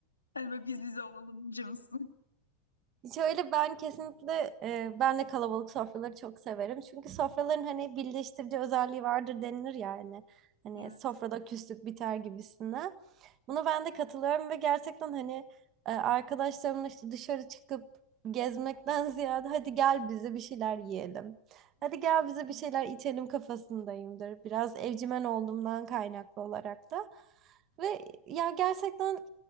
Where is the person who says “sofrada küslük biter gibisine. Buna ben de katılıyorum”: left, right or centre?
Right